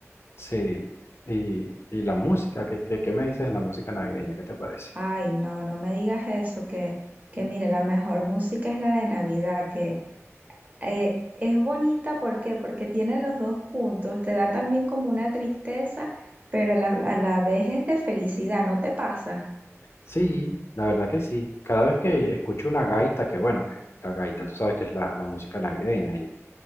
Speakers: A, on the left (about 55°); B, on the right (about 30°).
A: Sí, y, y la música, ¿qué, qué, qué me dices de la música navideña? ¿Qué te parece?
B: Ay, no, no me digas eso, que, que mire, la mejor música es la de Navidad, que eh, es bonita, ¿por qué? Porque tiene los dos puntos, te da también como una tristeza, pero a la, a la vez es de felicidad, ¿no te pasa?
A: Sí, la verdad que sí. Cada vez que escucho una gaita, que bueno, que la gaita, tú sabes que es la, la música navideña y,